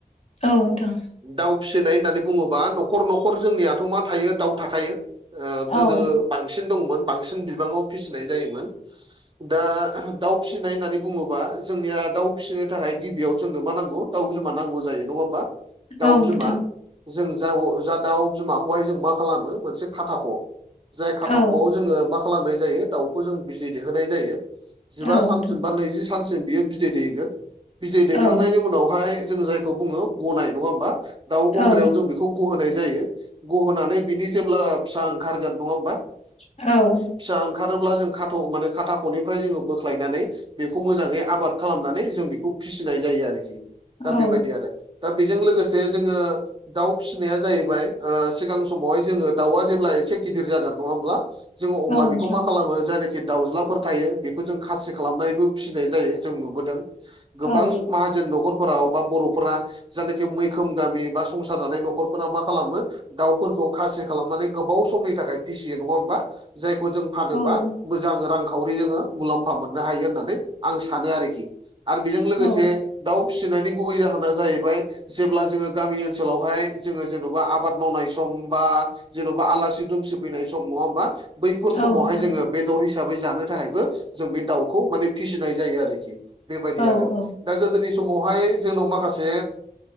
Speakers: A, on the left; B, on the right.
A: औ नोंथां।
B: दाउ फिसिनाय होननानै बुङोबा न'खर न'खर जोंनियाथ' मा थायो दाउ थाखायो ओ
A: औ
B: गोदो बांसिन दंमोन बांसिन बिबाङाव फिसिनाय जायोमोन दा दाउ फिसिनाय होननानै बुङोबा जोंनिया दाउ फिसिनो थाखाय गिबियाव जोंनो मा नांगौ दाउ बिमा नांगौ जायो नङा होमबा? दाउ
A: औ
B: बिमा
A: नोंथां
B: जों जा अ जा दाउ बिमाखौहाय जों मा खालामो मोनसे खाथाख' जाय खाथाख'आव
A: औ
B: जोङो मा खालामनाय जायो दाउखौ जों बिदै दैहोनाय जायो जिबा
A: औ नोंथां
B: सानसिम बा नैजि सानसिम बियो बिदै दैगोन बिदै दैखांनायनि
A: औ
B: उन उनावहाय जों जायखौ बुङो ग'नाय नङा होमबा दाउ गन्द्रायाव
A: औ
B: जों बेखौ गहोनाय जायो गहोनानै बिनि जेब्ला फिसा ओंखारगोन नङा होमबा?
A: औ
B: फिसा ओंखारोब्ला जों खाथ' माने खाथाख'निफ्राय जोङो बोख्लायनानै बेखौ मोजाङै आबाद खालामनानै जों बेखौ फिसिनाय जायो आरोखि। दा
A: औ
B: बेबायदि आरो दा बेजों लोगोसे जोङो दाव फिसिनाया जाहैबाय ओ सिगां समावहाय जोङो दाउआ जेब्ला एसे गिदिर जागोन नङा होमब्ला? जोङो अब्ला
A: औ नोंथां
B: बेखौ मा खालामो जायनाखि दाउज्लाफोर थायो बेखौ जों खासि खालामनानैबो फिनाय जायो जों नुबोदों गोबां
A: औ
B: माहोन न'खरफोराव बा बर'फोरा जायनाखि मै खोम गामि बा संसार जानाय न'खरफोरा मा खालामो दावफोरखौ खासि खालामनानै गोबाव समनि थाखाय फिसियो नङा होमबा? जायखौ जों फानोबा
A: औ
B: मोजां रांखावरि जोङो मुलाम्फा मोननो हायो होननानै आं सानो आरोखि आरो बेजों लोगोसे
A: औ
B: दाव फिनायनि गुबै जाहोना जाहैबाय जेब्ला जोङो गामि ओनसोलावहाय जोङो जेन'बा आबाद मावनाय सम बा जेन'बा आलासि दुमसि फैनाय सम नङा होमबा बैफोर
A: औ
B: समावहाय
A: नोंथां
B: जोङो बेदर हिसाबै जानो थाखायबो जों बे दाउखौ माने फिसिनाय जायो आरोखि बेबायदि
A: औ
B: आरो।
A: औ
B: दा गोदोनि समावहाय जोंनाव माखासे